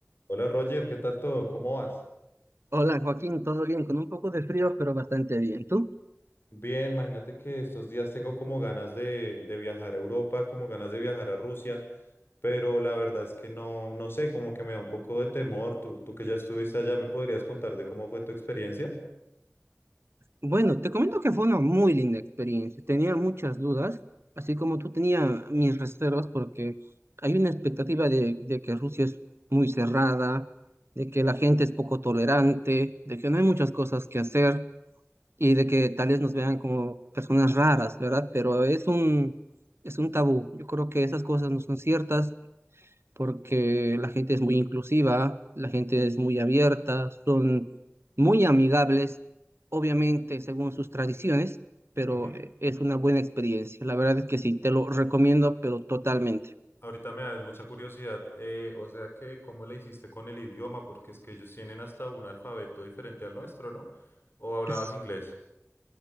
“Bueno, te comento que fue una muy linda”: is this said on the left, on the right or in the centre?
Right